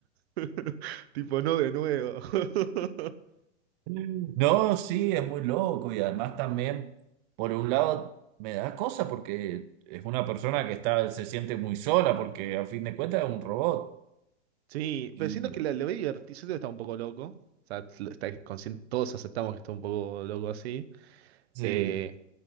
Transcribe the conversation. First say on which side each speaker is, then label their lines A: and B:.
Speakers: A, on the right; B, on the right.
A: <laughs> Tipo, no de nuevo. <laughs>
B: No, sí, es muy loco y además también, por un lado, me da cosa porque es una persona que está, se siente muy sola porque a fin de cuentas es un robot
A: Sí,
B: y
A: pero siento que la- lo veo divertido. Siento que está un poco loco. O sea, lo- está consciente- todos aceptamos que está un poco loco así.
B: sí,
A: eh,